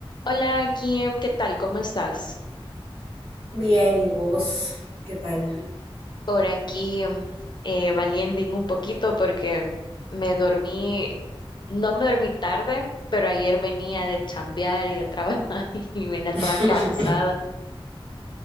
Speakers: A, on the left; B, on the right.
A: Hola Kim, ¿qué tal? ¿Cómo estás?
B: Bien, ¿y vos? ¿Qué tal?
A: Por aquí eh, valiendo un poquito porque me dormí, no me dormí tarde, pero ayer venía de chambear y de trabajar <laughs> y venía
B: <laughs>
A: toda cansada.